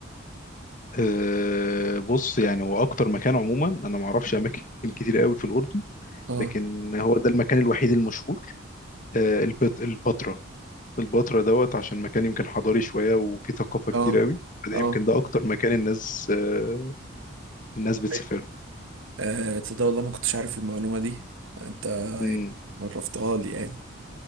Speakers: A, on the left (about 40°); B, on the right (about 65°).
A: أه بص يعني هو اكتر مكان عموما انا ما اعرفش اماكن كتير قوي في الاردن
B: اه
A: لكن هو ده المكان الوحيد المشهور أه البت البتراء البتراء دوت عشان مكان يمكن حضاري شويه وفيه ثقافه كتير
B: اه
A: قوي فده
B: اه
A: يمكن ده اكتر مكان الناس أه الناس بتسافر
B: أيوة.
A: له
B: آه، تصدق والله ما كنتش عارف المعلومة دي انت
A: مم.
B: عرفتها لي يعني